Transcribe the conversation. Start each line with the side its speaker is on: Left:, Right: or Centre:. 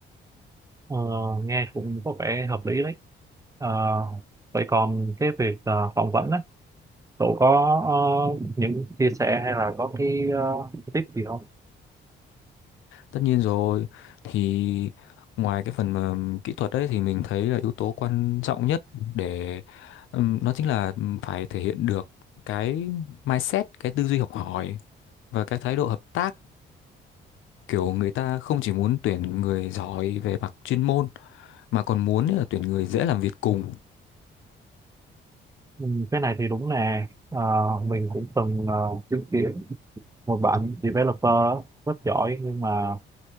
Right: Ờ, nghe cũng có vẻ hợp lý đấy Ờ, vậy còn cái việc à, phỏng vấn á cậu có ờ, những chia sẻ hay là có cái ờ, tip gì không
Left: Tất nhiên rồi thì ngoài cái phần mà kỹ thuật đấy thì mình thấy là yếu tố quan trọng nhất để ừm, nó chính là phải thể hiện được cái mindset, cái tư duy học hỏi và cái thái độ hợp tác kiểu người ta không chỉ muốn tuyển người giỏi về mặt chuyên môn mà còn muốn là tuyển người dễ làm việc cùng
Right: ừ, cái này thì đúng nè Ờ, mình cũng từng ờ, chứng kiến một bạn developer rất giỏi nhưng mà